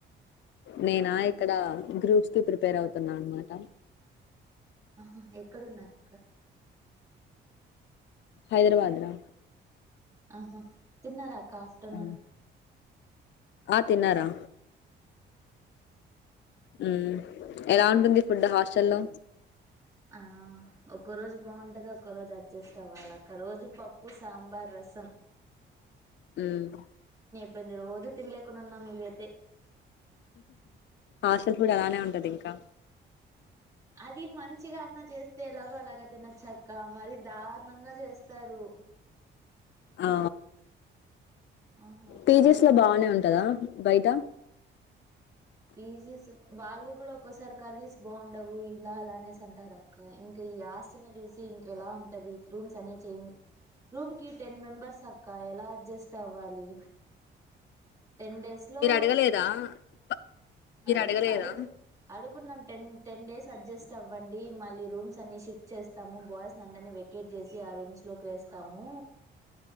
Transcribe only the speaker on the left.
నేనా ఇక్కడ గ్రూప్స్ కి ప్రిపేర్ అవుతున్నా అనమాట
హైదరాబాద్ రా
ఆ ఆ తిన్నారా హ్మ్ ఎలా ఉంటుంది. ఫుడ్ హాస్టల్ల్లో
హ్మ్
హాస్టల్ ఫుడ్ అలానే ఉంటది. ఇంకా
ఆ
పీజీస్
లో బానే
ఉంటదా బయట
మీరు అడగలేదా ప- మీరు
అడగలేదా